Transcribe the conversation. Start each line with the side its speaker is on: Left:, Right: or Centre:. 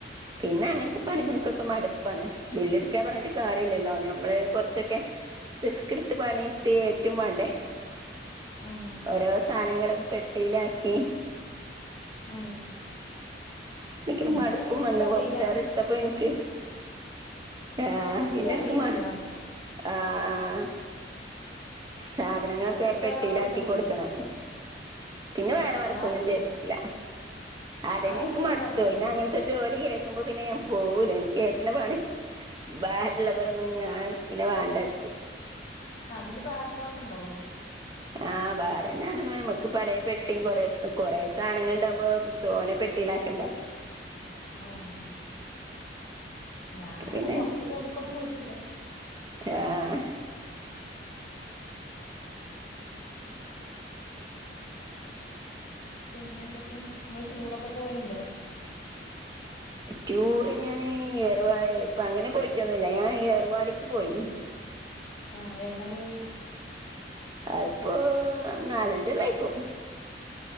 Right: പിന്നെ അങ്ങനത്തെ പണികൾക്കൊക്കെ മടുപ്പാണ് ബില്ല് എടുക്കാ പറഞ്ഞിട്ട് കാര്യല്ലല്ലോ ഞമ്മള് കൊറച്ചൊക്കെ റിസ്ക് എടുത്ത് പണിട്ടി ഏറ്റും വാണ്ടേ
Left: ഉം
Right: ഓരോ സാധനങ്ങളും പെട്ടിലാക്കി
Left: ഉം
Right: എനിക്ക്
Left: ഇൻക്ക്
Right: മടുപ്പും
Left: അയിനെ കുറിച്ചിട്ട്
Right: വന്നു
Left: അറില
Right: കൊറച്ച് നേരം എടുത്തപ്പോ എനിക്ക് ആഹ്
Left: കുറിച്ചിട്ട്
Right: പിന്നെ എടുക്കുമാ
Left: അറിയൂല്ല
Right: ആഹ് ആഹ് സാധനങ്ങളെക്കെ
Left: ഞാന്
Right: പെട്ടിയിലാക്കി
Left: വേറെ വർക്കൊന്നും
Right: കൊടുക്കണം
Left: ചെയ്തിട്ടില്ല
Right: പിന്നെ വേറെ വർക്കൊന്നും
Left: ഞാ
Right: ചെയ്ത് ല്ല
Left: ഞാൻ
Right: അതന്നെ ഇൻക്ക്
Left: ഈ
Right: മട്ത്തോയ്
Left: ഒരു വർക്കന്നെ
Right: പിന്നെ അങ്ങൻത്തെ ജോലി കേക്കുമ്പോ പിന്നെ ഞാൻ പോവൂല എനിക്ക് ഏറ്റ്ണ പണി ഭാരള്ളതൊന്നു ഞാൻ പിന്നെ വേണ്ടാച്ച്
Left: ആഹ് അതില് ഭാരള്ളതൊക്കെ ഇണ്ടാവോ
Right: ആഹ് ഭാരന്നെ ഇപ്പൊ നമക്ക് പലേ പെട്ടിയും കൊറേ കൊറേ സാധനങ്ങള് ഇണ്ടാമ്പോ തോനെ പെട്ടിലാക്കേണ്ടേ
Left: ആഹ് ഞാനങ്ങനെ
Right: പിന്നെ
Left: പൊർത്ത് ജോലിക്കൊന്നും പോയിട്ടില്ല
Right: <unintelligible>
Left: പിന്നെന്തൊക്കെയ നിങ്ങള് ടൂറൊക്കെ പോവല്ണ്ടോ
Right: ടൂറ് ഞാന് ഏർവാ ഇപ്പ അങ്ങനെ പോയിട്ടൊന്നുല്ല ഞാൻ ഏർവാടിക്ക് പോയിന്
Left: ആഹ് എന്ന പോയി
Right: അത്പ്പൊ നാലഞ്ച് കൊല്ലായിക്കും